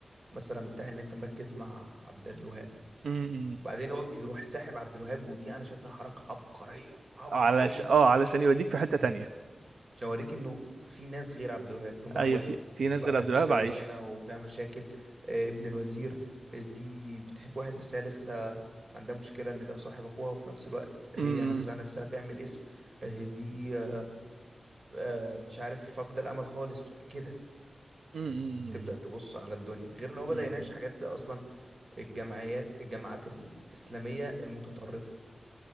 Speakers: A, on the right; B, on the right.
A: مثلا بتاع ان انت مركز مع عبد الوهاب
B: امم
A: وبعدين هو بيروح ساحب عبد الوهاب ودي انا شايف انها حركه عبقريه عبقريه
B: علش اه علشان يوديك في حتة تانية
A: عشان اوريك انه في ناس غير عبد الوهاب اللي هم اخواته
B: ايوه في في
A: في
B: ناس
A: واحده
B: غير عبد
A: بتتجوز
B: الوهاب عايش
A: هنا وفيها مشاكل آه، ابن الوزير آه، دي بتحب واحد بس هي لسه عندها مشكله ان ده صاحب اخوها وفي نفس الوقت هي
B: امم
A: نفسها نفسها تعمل اسم آه، دي آه، آه، مش عارف فاقده الامل خالص مش- كده
B: امم
A: تبدا تبص على الدنيا غير ان هو بدا
B: امم
A: يناقش حاجات زي اصلا الجمعيات الجماعات الاسلاميه المتطرفه